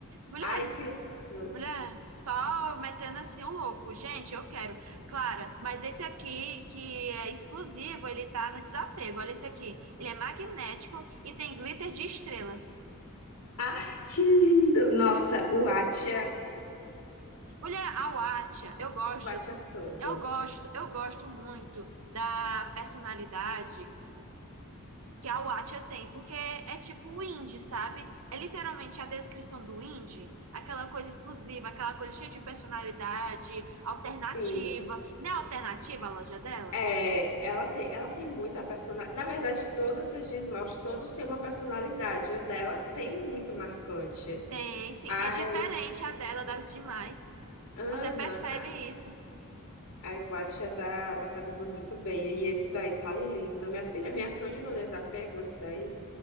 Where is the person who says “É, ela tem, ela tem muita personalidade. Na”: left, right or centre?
Left